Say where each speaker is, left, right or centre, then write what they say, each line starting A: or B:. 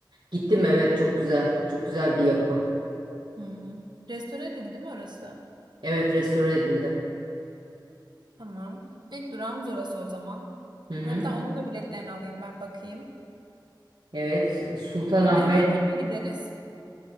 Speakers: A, on the right; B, on the right.
A: Gittim evet çok güzel. Çok güzel bir yapı.
B: Hmm. Restore edildi değil mi orası?
A: Evet restore edildi.
B: Tamam. İlk durağımız orası o zaman.
A: Hı hı.
B: Hatta onun da biletlerini alayım ben bakayım.
A: Evet Sultanahmet.
B: Ha, Ne hangi gün gideriz?